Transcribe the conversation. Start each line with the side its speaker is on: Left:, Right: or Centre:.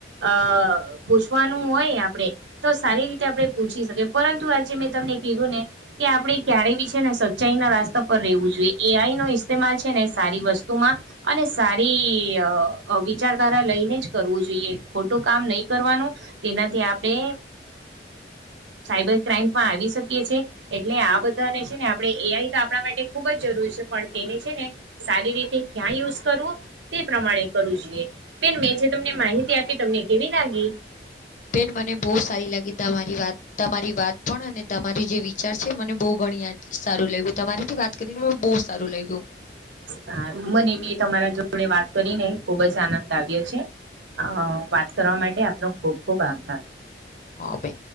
Right: અ પૂછવાનુ હોય, આપડે તો સારી રીતે આપણે પૂછી શકીએ પરંતુ આજે મેં તમને કીધું ને કે આપડે ક્યારે બી છે ને સચ્ચાઈ ના રસ્તા પર રેવું જોઈએ, એ આઈ નો ઇસ્તેમાલ છેને સારી વસ્તુમા, અને સારી વિચારધારા લઈને જ કરવું જોઈએ ખોટુ કામ નહી, કરવાનુ તેનાથી આપણે સાયબર ક્રાઈમ પણ આવી શકીએ આયસે એટલે આ બધાને છેને, આપણે એઆઈ તો આપણા માટે ખુબ જ જરૂરી છે, પણ તેને છેને. સારી રીતે્ કયા, યુસ કરૂ તે પ્રમાણે કરવુ જોઈએ પેલું એ જે તમને માહિતી આપી તમને કેવી નાાગી
Left: બેન મને બહુ સારી લાગી, તમારી વાત તમારી વાત પણ અને તમારી જે વિચાર છે, મને બહુ ઘણી સારુ લાગ્યુ તમારીથી વાત કરીને મ બહુ સારુ લાગ્યુ
Right: હા, મને બી તમારા જોડે વાત કરીને ખુબજ આનંદ આવ્યો છે. અ વાત કરવા માટે આપનો ખુબ, ખુબ આભાર
Left: હા, આપે